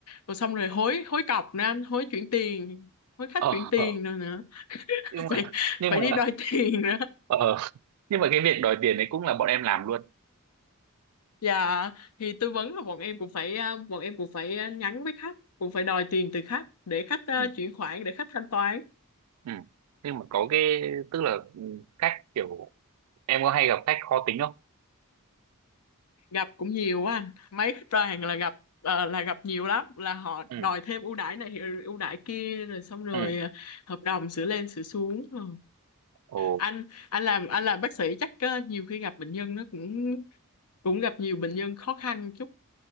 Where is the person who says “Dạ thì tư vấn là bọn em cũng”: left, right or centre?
Left